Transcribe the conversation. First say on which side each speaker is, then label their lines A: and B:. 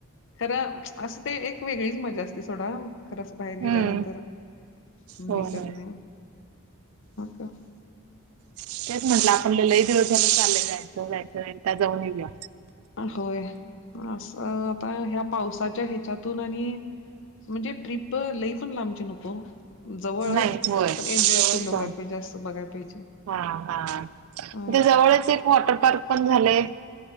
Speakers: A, on the left; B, on the right.
A: खरं असं ते एक वेगळीच मजा असते सोडा. खर असं बाहेर गेल्यानंतर
B: हम्म हो
A: हे
B: हो
A: करणे का.
B: तेच म्हटलं आपण लई दिवस झाल चाललंय जायचं जायचं एकदा जाऊन येऊया.
A: होय. असं आता ह्या पाऊस त्याच्या ह्याच्यातून आणि म्हणजे ट्रिप लई पण लांबची नको. जवळच
B: नाही होय जवळच
A: पण एन्जॉयफुल व्हाय
B: जाऊन
A: पाहिजे जास्त बघाय पाहिजे.
B: हा हा
A: अ
B: इथे जवळच एक वॉटर पार्क पण झालंय.